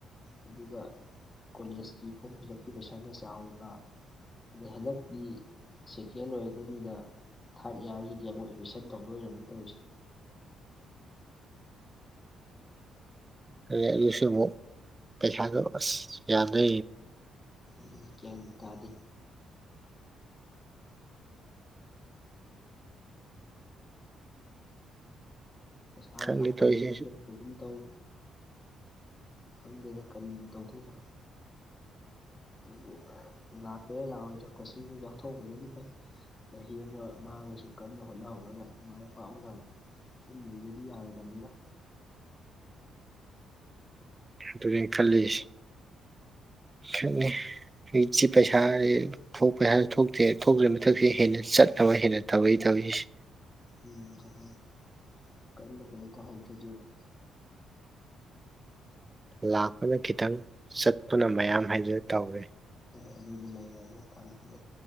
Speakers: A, on the left; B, on the right.
A: ꯑꯗꯨꯒ ꯀꯣꯂꯦꯖꯀꯤ ꯐꯣꯔꯝ ꯐꯤꯜ ꯎꯞꯀꯤ ꯄꯩꯁꯥꯅ ꯆꯥꯎꯔꯤꯕ꯫ ꯍꯟꯗꯛꯀꯤ ꯁꯦꯀꯦꯟ ꯑꯣꯏꯔꯤꯗꯨꯅꯤꯅ ꯊꯥꯔꯠ ꯏꯌꯥꯔꯒꯤꯗꯤ ꯑꯃꯨꯛ ꯑꯦꯗꯃꯤꯁꯟ ꯇꯧꯗꯣꯢ ꯑꯣꯏꯔꯝꯅꯤ ꯇꯧꯔꯤꯁꯦ꯫
B: ꯑꯗꯩ ꯑꯩꯁꯨ ꯑꯃꯨꯛ ꯄꯩꯁꯥꯗꯣ ꯑꯁ ꯌꯥꯗ꯭ꯔꯦ꯫
A: ꯎꯝ ꯒ꯭ꯌꯥꯟꯕꯨ ꯇꯥꯗꯦ ꯄꯩꯁꯥ
B: ꯈꯪꯗꯦ
A: ꯂꯥꯛꯄꯝꯗꯣ
B: ꯇꯧꯔꯤꯁꯦ ꯑꯩꯁꯨ
A: ꯇꯥꯒꯨꯝ ꯇꯧ ꯈꯪꯗꯦꯗ ꯀꯔꯤꯕꯨ ꯇꯧꯗꯣꯏꯅꯣ ꯑꯗꯨ ꯂꯥꯛꯀꯦꯔꯥ ꯂꯥꯛꯑꯣꯏꯗ꯭ꯔꯥ ꯀꯣꯆꯤꯡꯗꯨ ꯌꯥꯎꯊꯣꯛꯎꯕꯅꯗꯤ ꯐꯩ ꯆꯍꯤ ꯑꯃ ꯃꯥꯡꯉꯁꯨ ꯀꯟꯅ ꯍꯣꯠꯅꯍꯧꯔꯒꯥ ꯃꯥꯏ ꯄꯥꯛꯍꯧꯅꯕ ꯁꯨꯝ ꯂꯩꯩꯕꯗꯤ ꯌꯥꯔꯣꯏꯗꯝꯅꯤꯅ
B: ꯑꯗꯨꯅꯦ ꯈꯜꯂꯤꯁꯤ ꯈꯪꯗꯦ ꯍꯨꯏꯠꯁꯤ ꯄꯩꯁꯥꯖꯤ ꯊꯣꯛꯄꯩ ꯍꯥꯏꯔꯥ ꯊꯣꯛꯇꯦ ꯊꯣꯛꯇ꯭ꯔꯤ ꯃꯊꯛꯁꯤ ꯍꯦꯟꯅ ꯆꯠꯅꯕ ꯍꯦꯟꯅ ꯇꯧꯏ ꯇꯧꯔꯤꯁꯤ
A: ꯎꯝ ꯑꯗꯨꯅꯤ ꯀꯟꯅ ꯀꯩꯅꯣ ꯇꯧꯍꯧꯗ꯭ꯔꯥꯗꯤꯕ
B: ꯂꯥꯛꯄꯅ ꯈꯤꯇꯪ ꯆꯠꯄꯅ ꯃꯌꯥꯝ ꯍꯥꯏꯗꯨ ꯇꯧꯔꯦ
A: ꯍꯣꯏ ꯑꯗꯨꯗꯤ ꯂꯩꯌꯦꯅ ꯀꯥꯟꯅꯗꯦ